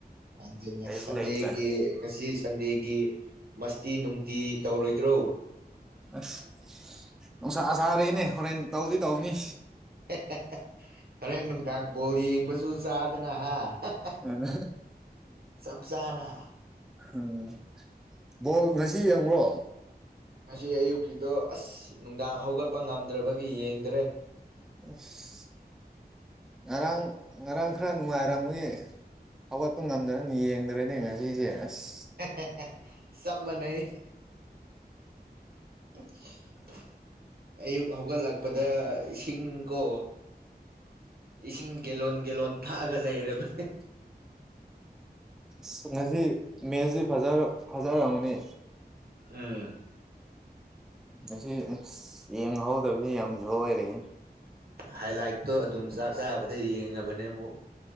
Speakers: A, on the right; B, in the centre.
A: ꯑꯗꯨꯅꯦ
B: ꯀꯩꯁꯨ
A: ꯁꯟꯗꯦꯒꯤ
B: ꯂꯩꯇ꯭ꯔꯦ
A: ꯉꯁꯤ ꯁꯟꯗꯦꯒꯤ ꯃꯁꯇꯤ ꯅꯨꯡꯇꯤ ꯇꯧꯔꯣꯏꯗ꯭ꯔꯣ꯫
B: ꯑꯁ ꯅꯨꯡꯁꯥ ꯁꯥꯥꯔꯦꯅꯦ ꯍꯣꯔꯦꯟ ꯇꯧꯗꯤ ꯇꯧꯅꯤ꯫
A: ꯍꯦ ꯍꯦ ꯍꯦ ꯍꯣꯔꯦꯟ ꯅꯨꯡꯗꯥꯡ ꯕꯣꯜ ꯌꯦꯡꯕꯁꯨ ꯆꯥꯗꯅ ꯍꯥ ꯍꯥ ꯍꯥ
B: ꯎꯝ
A: ꯆꯞ ꯆꯥꯅ꯫
B: ꯎꯝ ꯕꯣꯜ ꯉꯁꯤ ꯌꯦꯡꯕ꯭ꯔꯣ꯫
A: ꯉꯁꯤ ꯑꯌꯨꯛꯀꯤꯗꯣ ꯑꯁ ꯅꯨꯡꯗꯥꯡ ꯍꯧꯒꯠꯄ ꯉꯝꯗ꯭ꯔꯕꯒꯤ ꯌꯦꯡꯗ꯭ꯔꯦ꯫
B: ꯑꯁ ꯉꯔꯥꯡ ꯉꯔꯥꯡ ꯈꯔ ꯅꯨꯡꯉꯥꯏꯔꯝꯕꯒꯤ꯫ ꯍꯧꯒꯠꯄ ꯉꯝꯗꯅꯅ ꯌꯦꯡꯗ꯭ꯔꯦꯅꯦ ꯉꯁꯤꯁꯦ ꯑꯁ꯫
A: ꯍꯦ ꯍꯦ ꯍꯦ꯫ ꯆꯞ ꯃꯥꯅꯩ <unintelligible> ꯑꯌꯨꯛ ꯍꯧꯒꯠꯂꯛꯄꯗ ꯏꯁꯤꯡꯀꯣ ꯏꯁꯤꯡ ꯒꯦꯂꯣꯟ ꯒꯦꯂꯣꯟ ꯊꯛꯑꯒ ꯂꯩꯔꯕꯅ
B: ꯑꯁ ꯉꯁꯤ ꯃꯦꯁꯤ ꯐꯖꯔ ꯐꯖꯔꯝꯒꯅꯤ꯫
A: ꯎꯝ꯫
B: ꯑꯁ ꯉꯁꯤ ꯌꯦꯡꯍꯧꯗꯕꯖꯦ ꯌꯥꯝ ꯁꯣꯢꯔꯦꯍꯦ꯫
A: ꯍꯥꯏ ꯂꯥꯏꯠꯇꯣ ꯑꯗꯨꯝ ꯆꯥꯛ ꯆꯥꯕꯗ ꯌꯦꯡꯉꯕꯅꯦ ꯑꯃꯨꯛ꯫